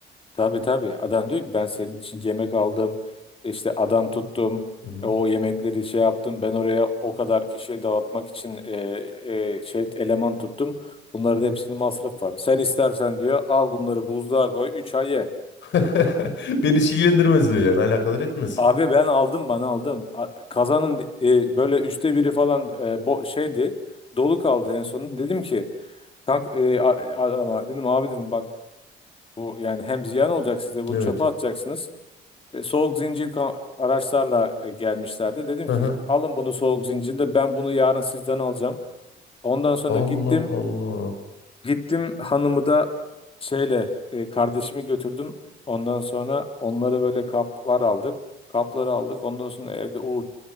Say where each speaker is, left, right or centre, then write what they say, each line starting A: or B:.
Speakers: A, on the left; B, on the left.
A: Tabii tabii adam diyor ki ben senin için yemek aldım işte adam tuttum
B: Hı hı.
A: o yemekleri şey yaptım ben oraya o kadar kişiye dağıtmak için e, e, şey eleman tuttum. Bunların hepsinin masraf var. Sen istersen diyor al bunları buzluğa koy 3 ay ye.
B: <laughs> Beni hiç ilgilendirmez diyor yani alakadar etmez.
A: Abi ben aldım bana aldım. A- Kazanın e, böyle üçte biri falan e, bo şeydi. Dolu kaldı en sonunda. Dedim ki kank, e, a- adama dedim abi dedim bak bu yani hem ziyan olacak size bunu
B: Evet.
A: çöpe atacaksınız. E, soğuk zincir ka- araçlarla e, gelmişlerdi. Dedim
B: Aha.
A: ki alın bunu soğuk zincirde ben bunu yarın sizden alacağım. Ondan sonra
B: Allah
A: gittim
B: Allah.
A: Gittim hanımı da şeyle e, kardeşimi götürdüm. Ondan sonra onlara böyle kaplar aldık. Kapları aldık. Ondan sonra evde o